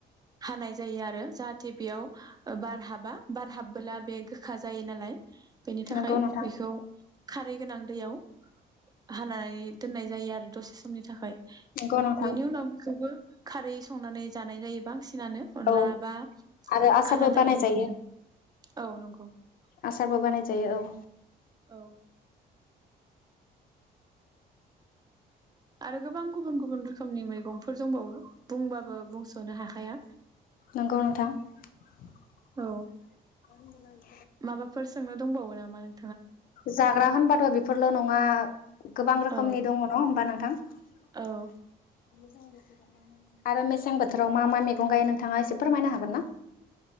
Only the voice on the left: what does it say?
नंगौ नोंथां
नंगौ नोंथां
औ
आरो आसारबो
बानायजायो
आसारबो बानाय जायो औ।
नंगौ नोंथा। <unintelligible>
जाग्रा होनबाथ' बेफोरल' नङा गोबां रोखोमनि
दङ न होमबा नों थां। मोजां
आरो। आरो मेसें बोथोराव मा मा मैगं गायो नोंथाङा एसे फोरमायनो हागोन ना?